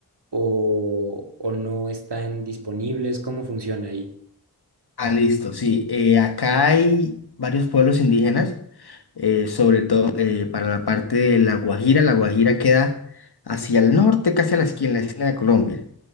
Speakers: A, on the right; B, on the left.
A: o, o no están disponibles? ¿Cómo funciona ahí?
B: Ah, listo, sí. eh, acá hay varios pueblos indígenas, eh, sobre todo eh, para la parte de La Guajira. La Guajira queda hacia el norte, casi a la esquina, en la esquina de Colombia,